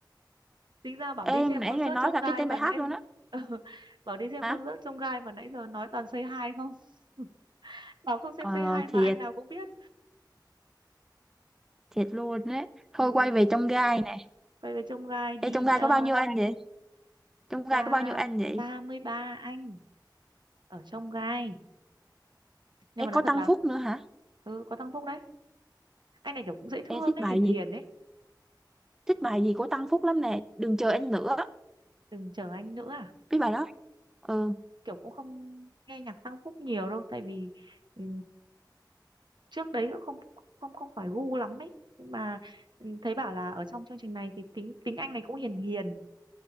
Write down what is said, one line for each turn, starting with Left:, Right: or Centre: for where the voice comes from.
Right: tính ra bảo
Centre: em
Right: đi xem
Centre: nãy
Right: concert
Centre: này nói
Right: trông
Centre: là
Right: gai
Centre: cái tên
Right: mà
Centre: bài
Right: nãy
Centre: hát luôn
Right: giờ
Centre: á
Right: <laughs> bảo đi xem
Centre: hả
Right: concert trông gai mà nãy giờ nói toàn Say Hi không <laughs> bảo không xem
Centre: ờ
Right: Say Hi
Centre: thiệt
Right: mà anh nào cũng biết
Centre: thiệt luôn đấy thôi
Right: ừ,
Centre: quay về trong gai nè
Right: quay về trông gai đi
Centre: Ê trong
Right: bạn
Centre: gai
Right: ơi
Centre: có bao nhiêu anh vậy trong gai
Right: ba
Centre: có bao nhiêu anh vậy
Right: ba mươi ba anh ở trông gai nhưng
Centre: Ê
Right: mà nói
Centre: có
Right: thật
Centre: Tăng
Right: là
Centre: Phúc nữa hả
Right: ừ, có thăng Phúc đấy anh này kiểu cũng dễ thương
Centre: Ê thích
Right: ấy
Centre: bài
Right: hiền
Centre: gì
Right: hiền ấy
Centre: thích bài gì của Tăng Phúc lắm nè đừng chờ anh nữa
Right: đừng chờ anh nữa à
Centre: biết bài đó ừ
Right: kiểu cũng không nghe nhạc Tăng Phúc nhiều đâu tại vì ừ, trước đấy cũng không không không phải gu lắm ấy nhưng mà ừ, thấy bảo là ở trong chương trình này thì tính tính anh này cũng hiền hiền